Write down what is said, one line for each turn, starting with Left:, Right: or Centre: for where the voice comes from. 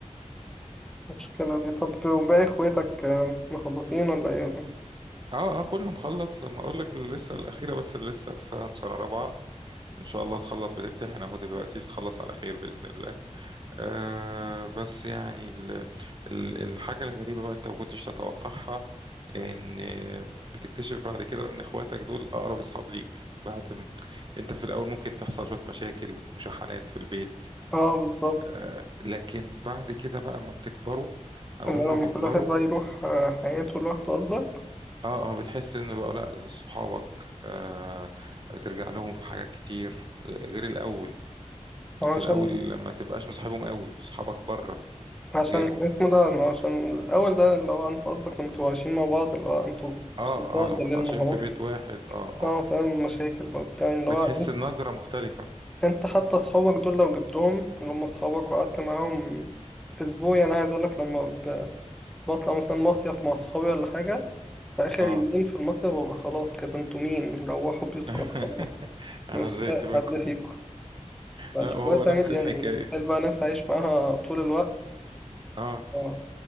Centre: <laughs> المشكلة دي طب وباقي إخواتك آه، مخلصين ولا إيه؟ <laughs> ولا إيه؟
Right: اه اه كله مخلص ما اقول لك اللي لسه الاخيرة بس اللي لسه في سنة رابعة ان شاء الله تخلص بتمتحن اهو دلوقتي تخلص على خير بإذن الله آه بس يعني ال ال الحاجة الغريبة بقى انت ما كنتش تتوقعها ان بتكتشف بعد كده ان اخواتك دول اقرب اصحاب ليك بعد م... انت في الاول ممكن تحصل شوية مشاكل مشاحنات في البيت
Centre: اه بالظبط
Right: آه لكن بعد كده بقى ما بتكبروا او
Centre: اللي
Right: هم
Centre: لما
Right: بيكبروا
Centre: كل واحد بقى يروح آه، حياته لوحده قصدك
Right: اه اه بتحس ان بقى لا صحابك آه بترجع لهم في حاجات كتير غير الاول يمكن
Centre: عشان
Right: الاول ما تبقاش مصاحبهم قوي صحابك بره
Centre: عشان
Right: غيرهم
Centre: اسمه ده ما عشان الأول ده اللي هو أنت قصدك لما تبقوا عايشين مع بعض اللي هو أنتوا
Right: اه
Centre: قصاد بعض
Right: اه لما
Centre: ليل
Right: كنتوا عايشين
Centre: نهار
Right: في بيت واحد اه اه
Centre: اه فاهم مشاكل بقى بتاع اللي
Right: بتحس
Centre: هو
Right: النظرة مختلفة
Centre: أنت حتى أصحابك دول لو جبتهم اللي هم أصحابك وقعدت معاهم أسبوع يعني أنا عايز أقولك لما ب- بطلع مثلا مصيف مع أصحابي ولا حاجة في آخر
Right: اه
Centre: يومين في المصيف ببقى خلاص كده أنتوا مين روحوا بيوتكم
Right: <laughs>
Centre: خلاص
Right: انا
Centre: مش
Right: زيت
Centre: طايق
Right: منكم
Centre: حد فيكم فالإخوات
Right: لا وهو نفس
Centre: عادي
Right: الحكاية
Centre: يعني تخيل بقى ناس عايش معاها طول الوقت
Right: اه
Centre: آه،